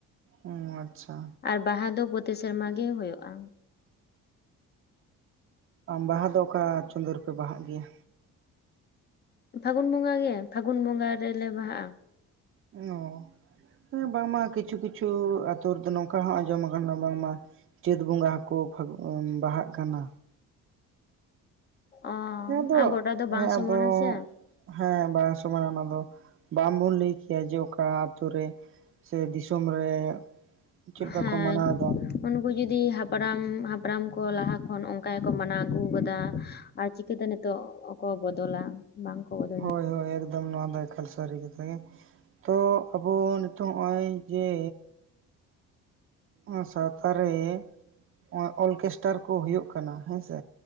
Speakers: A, on the right; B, on the left.
A: ᱚ ᱟᱪᱪᱷᱟ᱾
B: ᱟᱨ ᱵᱟᱦᱟ ᱫᱚ ᱯᱨᱚᱛᱤ ᱥᱮᱨᱢᱟ ᱜᱮ ᱦᱩᱭᱩᱜᱼᱟ᱾
A: ᱵᱟᱦᱟ ᱫᱚ ᱚᱠᱟ ᱪᱟᱸᱫᱳ ᱨᱮᱯᱮ ᱵᱟᱦᱟᱜ ᱜᱮᱭᱟ?
B: ᱯᱷᱟᱹᱜᱩᱱ ᱵᱚᱸᱜᱟ ᱜᱮ ᱯᱷᱟᱹᱜᱩᱱ ᱵᱚᱸᱜᱟ ᱨᱮᱞᱮ ᱵᱟᱦᱟᱜᱼᱟ᱾
A: ᱚ ᱦᱮᱸ ᱵᱟᱝᱢᱟ ᱠᱤᱪᱷᱩ ᱠᱤᱪᱷᱩ ᱟᱹᱛᱩ ᱨᱮᱫᱚ ᱱᱚᱝᱠᱟ ᱦᱚᱸ ᱟᱸᱡᱚᱢ ᱟᱠᱟᱱᱟ ᱵᱟᱝᱢᱟ ᱪᱟᱹᱛ ᱵᱚᱸᱜᱟ ᱦᱚᱸᱠᱚ <unintelligible> ᱵᱟᱦᱟᱜ ᱠᱟᱱᱟ
B: ᱚ
A: ᱚᱱᱟᱫᱚ
B: ᱟᱨ ᱜᱚᱴᱟ ᱫᱚ ᱵᱟᱝ
A: ᱦᱮᱸ
B: ᱥᱚᱢᱟᱱᱟ
A: ᱟᱫᱚ
B: ᱥᱮ
A: ᱦᱮᱸ ᱵᱟᱝ ᱥᱚᱢᱚᱱᱟ ᱚᱱᱟ ᱫᱚ ᱵᱟᱝᱵᱚᱱ ᱞᱟᱹᱭ ᱠᱮᱭᱟ ᱡᱮ ᱚᱠᱟ ᱟᱛᱳ ᱨᱮ ᱥᱮ ᱫᱤᱥᱚᱢ ᱨᱮ <unintelligible> ᱪᱮᱫ ᱞᱮᱠᱟ
B: ᱦᱮᱸ
A: ᱠᱚ ᱢᱟᱱᱟᱣ ᱮᱫᱟ
B: ᱩᱱᱠᱩ ᱡᱚᱫᱤ ᱦᱟᱯᱲᱟᱢ ᱦᱟᱯᱲᱟᱢ ᱠᱚ ᱞᱟᱦᱟ ᱠᱷᱚᱱ ᱚᱱᱠᱟ ᱜᱮᱠᱚ ᱢᱟᱱᱟᱣ ᱟᱹᱜᱩ ᱠᱟᱫᱟ ᱾ ᱟᱨ ᱪᱤᱠᱟᱹᱛᱮ ᱱᱤᱛᱚᱜ ᱠᱚ ᱵᱚᱫᱚᱞᱟ ᱵᱟᱝ ᱠᱚ ᱵᱚᱫᱞᱟ᱾
A: ᱦᱳᱭ ᱦᱳᱭ ᱮᱠᱫᱚᱢ ᱱᱚᱣᱟ ᱫᱚ ᱮᱠᱟᱞ ᱥᱟᱹᱨᱤ ᱠᱟᱛᱷᱟ ᱜᱮ ᱛᱚ ᱟᱵᱚ ᱱᱤᱛᱚᱜ ᱱᱚᱜᱼᱚᱭ ᱡᱮ ᱟᱨ ᱥᱟᱶᱛᱟ ᱨᱮ ᱱᱚᱜᱚᱭ ᱚᱨᱠᱮᱥᱴᱟᱨ ᱠᱚ ᱦᱩᱭᱩᱜ ᱠᱟᱱᱟ ᱦᱮᱸᱥᱮ